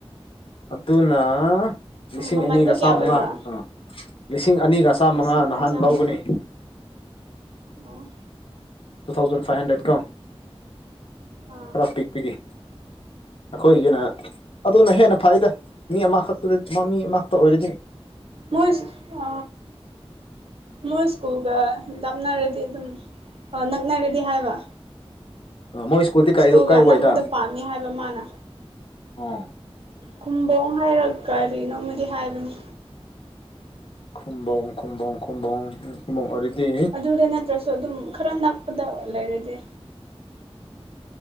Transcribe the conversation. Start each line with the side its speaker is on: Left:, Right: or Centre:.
Left: ꯑꯗꯨꯅ
Right: ꯑꯣ
Left: ꯂꯤꯁꯤꯡ
Right: ꯃꯃꯟꯗꯣ
Left: ꯑꯅꯤꯒ
Right: ꯀꯌꯥ
Left: ꯆꯥꯝꯃꯉꯥ
Right: ꯑꯣꯏꯕ꯭ꯔꯥ
Left: ꯑ ꯂꯤꯁꯤꯡ ꯑꯅꯤꯒ ꯆꯥꯝꯃꯉꯥ
Right: ꯂꯤꯁꯤꯡ ꯑꯅꯤ
Left: ꯅꯍꯥꯟ
Right: ꯆꯥꯝꯃ
Left: ꯂꯧꯕꯅꯤ꯫
Right: ꯑꯣ
Left: ꯇꯨ ꯊꯥꯎꯖꯟ ꯐꯥꯏꯚ ꯍꯟꯗ꯭ꯔꯦꯠ ꯀꯣ꯫
Right: ꯑꯥ
Left: ꯈꯔ ꯄꯤꯛꯄꯒꯤ꯫ ꯑꯩꯈꯣꯏꯒꯤꯅ ꯑꯗꯨꯅ ꯍꯦꯟꯅ ꯐꯥꯏꯗ ꯃꯤ ꯑꯃꯈꯛꯇꯗ ꯃꯤ ꯑꯃꯈꯛꯇ ꯑꯣꯏꯔꯗꯤ꯫
Right: ꯃꯣꯏ ꯑ ꯃꯣꯏ ꯏꯁ꯭ꯀꯨꯜꯒ ꯂꯥꯞꯅꯔꯗꯤ ꯑꯗꯨꯝ ꯑ ꯅꯛꯅꯔꯗꯤ ꯍꯥꯏꯕ꯫
Left: ꯑ ꯃꯣꯏ ꯁ꯭ꯀꯨꯜꯗꯤ ꯀꯥꯏꯗ
Right: ꯁ꯭ꯀꯨꯜꯒ
Left: ꯀꯥꯏ
Right: ꯑꯅꯛꯄꯗ
Left: ꯋꯥꯏꯗ
Right: ꯄꯥꯝꯃꯤ ꯍꯥꯏꯕ ꯃꯥꯅ꯫
Left: ꯑꯣ
Right: ꯈꯨꯝꯕꯣꯡ ꯍꯥꯏꯔ ꯀꯔꯤꯅꯣ ꯑꯃꯗꯤ ꯍꯥꯏꯕꯅꯤ꯫
Left: ꯈꯨꯝꯕꯣꯡ ꯈꯨꯝꯕꯣꯡ ꯈꯨꯝꯕꯣꯡ ꯎꯝ ꯈꯨꯝꯕꯣꯡ ꯑꯣꯏꯔꯗꯤ
Right: ꯑꯗꯨꯗ ꯅꯠꯇ꯭ꯔꯁꯨ ꯑꯗꯨꯝ ꯈꯔ ꯅꯛꯄꯗ ꯂꯩꯔꯗꯤ